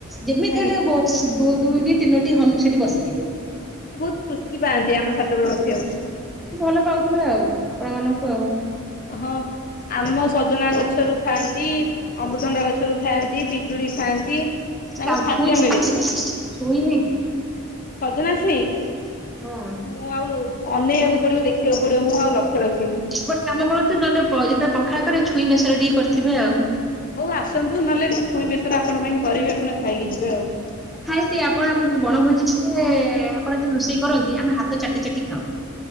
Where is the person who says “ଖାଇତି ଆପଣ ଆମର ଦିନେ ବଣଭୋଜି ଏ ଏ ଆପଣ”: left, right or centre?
Centre